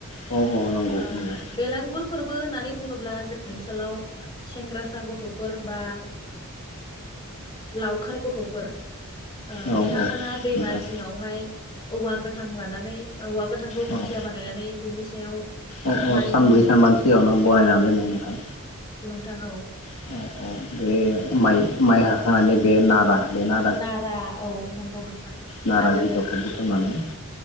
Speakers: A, on the left; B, on the left.
A: औ औ नंगौ
B: ओ
A: नंगौ
B: बेलांगुर फोरबो होननानै बुङोब्ला जोंनि ओनसोलाव सेंग्रासा गथ'फोर बा लावखार गथ'फोर ओ
A: औ
B: बिथांमोनहा दैमा
A: नोंथां
B: जिङावहाय औवा गोथां लानानै औवा गोथांखौ
A: औ
B: खुन्थिया बानायनानै बिनि सायाव
A: अ अ
B: माइहुं
A: सानब्रै सानबानि सिगाङावनो बनायनानै दोनो नोंथां।
B: नोंगौ।
A: अ बे माइ माइ हाखांनानै बे नारा बे नार
B: नारा औ नंगौ नोंथां
A: नारा
B: आरो
A: जिगाबखौ बुथुमनानै